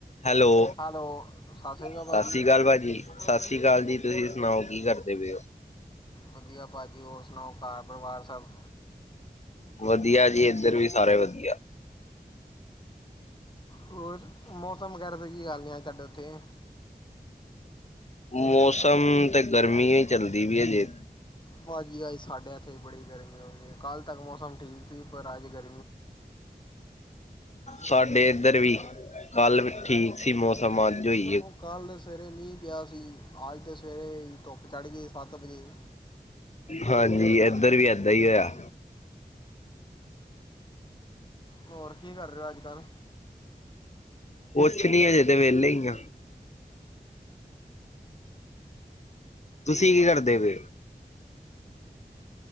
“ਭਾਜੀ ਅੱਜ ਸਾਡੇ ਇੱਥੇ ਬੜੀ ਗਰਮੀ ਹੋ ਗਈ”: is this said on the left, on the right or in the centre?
Left